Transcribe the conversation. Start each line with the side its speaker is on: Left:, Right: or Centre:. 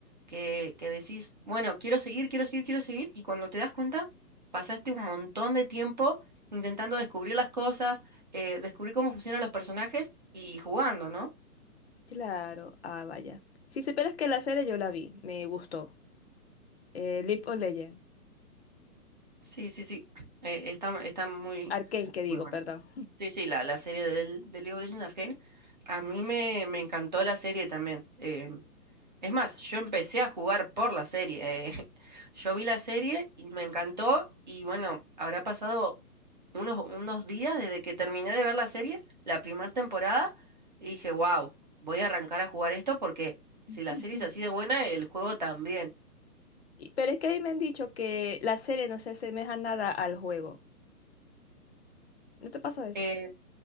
Right: que, que decís, bueno, quiero seguir, quiero seguir, quiero seguir. Y cuando te das cuenta, pasaste un montón de tiempo intentando descubrir las cosas, eh, descubrir cómo funcionan los personajes y jugando, ¿no?
Left: Claro, ah, vaya. Si supieras que la serie yo la vi, me gustó. Eh, League of Legends,
Right: Sí, sí, sí. Eh, está, está muy,
Left: Arcane, que digo,
Right: muy buena.
Left: perdón.
Right: Sí, sí, la, la serie del, de League of Legends Arcane. A mí me, me encantó la serie también. Eh, es más, yo empecé a jugar por la serie. eh, <laughs> yo vi la serie y me encantó. Y bueno, habrá pasado unos, unos días desde que terminé de ver la serie, la primera temporada, y dije, wow, voy a arrancar a jugar esto porque si
Left: <laughs>
Right: la serie es así de buena, el juego también.
Left: Y- pero es que a mí me han dicho que la serie no se asemeja nada al juego. ¿No te pasó
Right: Eh,